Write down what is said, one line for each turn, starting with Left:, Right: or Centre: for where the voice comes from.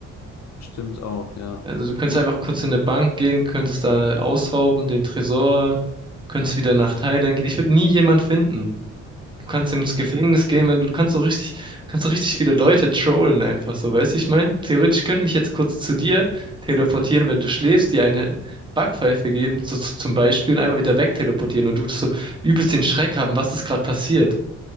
Left: Stimmt auch, ja.
Right: Also du
Left: Wie?
Right: könntest einfach kurz in eine Bank gehen, könntest da ausrauben, den Tresor, könntest wieder nach Thailand gehen. Ich würde nie jemand finden. Du kannst ins Gefängnis gehen, wenn du, du kannst so richtig, kannst so richtig viele Leute trollen einfach so, weißt du, ich meine? Theoretisch könnte mich jetzt kurz zu dir teleportieren, wenn du schläfst, dir eine Backpfeife geben, so, so, zum Beispiel, und einfach wieder wegteleportieren und du würdest so übelst den Schreck haben, was ist gerade passiert.